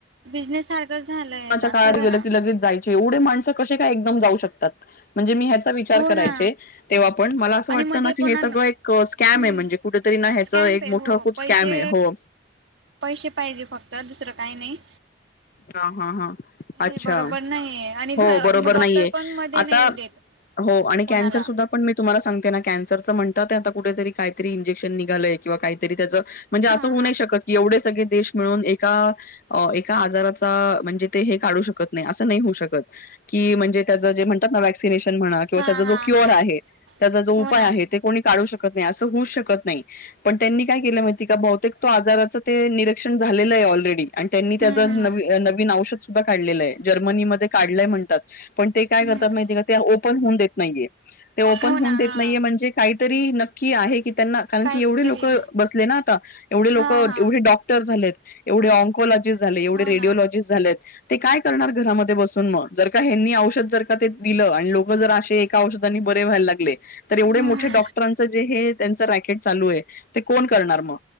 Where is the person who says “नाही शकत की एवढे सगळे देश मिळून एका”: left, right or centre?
Left